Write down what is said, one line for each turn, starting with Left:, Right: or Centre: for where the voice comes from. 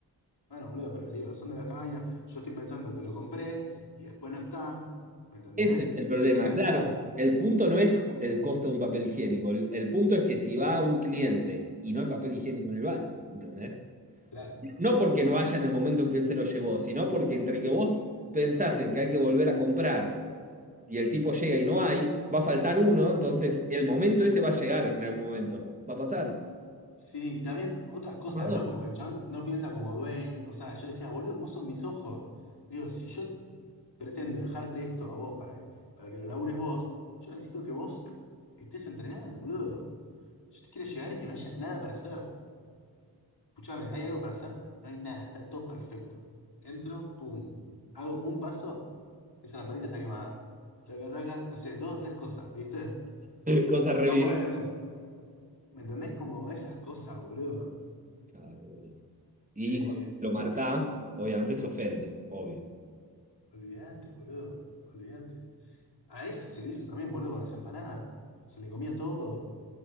Left: Bueno, boludo, pero el lío, son de la cabaña yo estoy pensando que lo compré y después no está. ¿Me entendés?
Right: Ese es el problema,
Left: Tenés que avisar.
Right: claro. porque El punto no es el costo de un papel higiénico, el, el punto es que si va un cliente y no hay papel higiénico en el baño, ¿entendés?
Left: Claro.
Right: No porque no haya en el momento en que él se lo llevó, sino porque entre que vos pensás en que hay que volver a comprar y el tipo llega y no hay, va a faltar uno, entonces el momento ese va a llegar en algún momento, va a pasar.
Left: Sí, y también otras cosas,
Right: <laughs>
Left: ¿no? Como que el chabón no piensa como dueño. O sea, yo le decía, boludo, vos sos mis ojos. Digo, si yo pretendo dejarte esto a vos para, para que lo labures vos, yo necesito que vos estés entrenado, boludo. Yo te quiero llegar y que no haya nada para hacer. Escuchame, ¿hay algo para hacer? No hay nada, está todo perfecto. Entro, pum. Hago un paso, esa lamparita está quemada. Taca, taca, no sé, dos o tres cosas, ¿viste?
Right: Cosa re
Left: Ah,
Right: evidente.
Left: bueno. ¿Me entendés? Como esas cosas, boludo.
Right: Claro, boludo. Y
Left: Eh,
Right: cuando lo marcás, obviamente se ofende, obvio.
Left: Olvídate, boludo. Olvídate. A ese se le hizo también, boludo, con las empanadas. Se le comía todo.